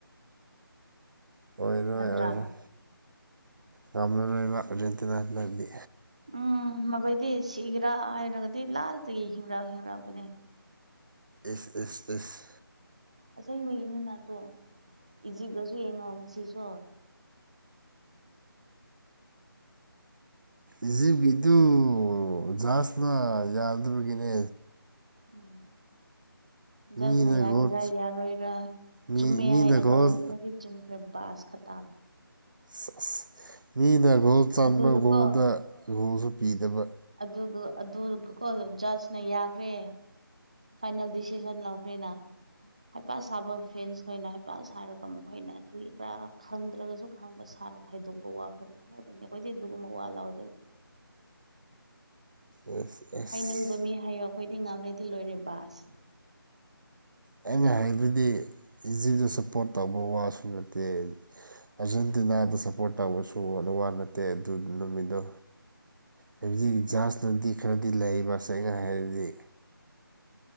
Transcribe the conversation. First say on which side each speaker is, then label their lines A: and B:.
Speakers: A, on the right (about 55°); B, on the right (about 15°).
A: ꯑꯣꯏꯔꯣꯏ
B: ꯅꯠꯇ꯭ꯔꯥ
A: ꯑꯣꯏꯔꯣꯏ ꯉꯝꯂꯔꯣꯏꯕ ꯑꯥꯔꯖꯦꯟꯇꯤꯅꯥ ꯍꯟꯗꯛꯇꯤ
B: ꯎꯝ ꯃꯈꯣꯏꯗꯤ ꯁꯤꯒꯔꯥ ꯍꯥꯏꯔꯒꯗꯤ ꯂꯥꯁꯇꯒꯤ ꯍꯤꯡꯔꯛ ꯍꯤꯡꯔꯛꯄꯅꯦ
A: ꯏꯁ ꯏꯁ ꯏꯁ
B: ꯑꯁꯦꯡꯕꯒꯤꯅꯇꯣ ꯏꯖꯤꯞꯇꯁꯨ ꯌꯦꯡꯉꯣ ꯉꯁꯤꯁꯨ
A: ꯏꯖꯤꯞꯀꯤꯗꯨ ꯖꯍꯥꯁꯅ ꯌꯥꯗꯕꯒꯤꯅꯦ
B: ꯎꯝ ꯖꯥꯁꯅ
A: ꯃꯤꯅ
B: ꯌꯥꯒꯤꯔꯥ
A: ꯒꯣꯜ
B: ꯌꯥꯔꯣꯏꯔꯥ
A: ꯃꯤ
B: ꯆꯨꯝꯃꯦ
A: ꯃꯤꯅ
B: ꯍꯥꯏꯅ
A: ꯒꯣꯜ
B: ꯇꯧꯕꯤꯈ꯭ꯔꯗꯤ ꯆꯨꯝꯈ꯭ꯔꯦ ꯕꯥꯁ ꯈꯇꯥꯡ
A: ꯁꯥꯁ ꯃꯤꯅ ꯒꯣꯜ ꯆꯟꯕ
B: ꯑꯗꯨꯗꯀꯣ
A: ꯒꯣꯜꯗ ꯒꯣꯜꯁꯨ ꯄꯤꯗꯕ
B: ꯑꯗꯨꯒ ꯑꯗꯨ ꯒꯣꯒꯣꯜ ꯖꯥꯁꯅ ꯌꯥꯈ꯭ꯔꯦ ꯐꯥꯏꯅꯦꯜ ꯗꯤꯁꯤꯁꯟ ꯂꯧꯈ꯭ꯔꯦꯅꯥ ꯍꯩꯄꯥ ꯁꯥꯕ ꯐꯦꯟꯁ ꯈꯣꯏꯅ ꯍꯩꯄꯥ ꯁꯥꯔꯒ ꯃꯈꯣꯏꯅ ꯀꯔꯤ ꯀꯔꯥ ꯈꯪꯗ꯭ꯔꯒꯁꯨ ꯈꯪꯕ ꯁꯥꯔꯒ ꯍꯥꯏꯗꯣꯛꯄ ꯋꯥ ꯈ ꯈꯥꯇꯅꯤ ꯑꯩꯈꯣꯏꯗꯤ ꯑꯗꯨꯒꯨꯝꯕ ꯋꯥ ꯂꯧꯗꯦ
A: ꯑꯦꯁ ꯑꯦꯁ
B: ꯍꯥꯏꯅꯤꯡꯕ ꯃꯤ ꯍꯥꯏꯌꯣ ꯑꯩꯈꯣꯏꯗꯤ ꯉꯥꯝꯂꯩꯗꯤ ꯂꯣꯏꯔꯦ ꯕꯥꯁ
A: ꯑꯩꯅ ꯍꯥꯏꯕꯗꯤ ꯏꯖꯤꯕꯇ ꯁꯞꯄ꯭ꯔꯣꯠ ꯇꯧꯕ ꯋꯥꯁꯨ ꯅꯠꯇꯦ ꯑꯥꯔꯖꯦꯟꯇꯤꯅꯥꯗ ꯁꯞꯄ꯭ꯔꯣꯠ ꯇꯧꯕꯁꯨ ꯅꯨꯋꯥ ꯅꯠꯇꯦ ꯑꯗꯨ ꯅꯨꯃꯤꯠꯗꯣ ꯍꯧꯖꯤꯛ ꯖꯥꯁꯅꯗꯤ ꯈꯔꯗꯤ ꯂꯩꯕ ꯁꯦꯡꯅ ꯍꯥꯏꯔꯗꯤ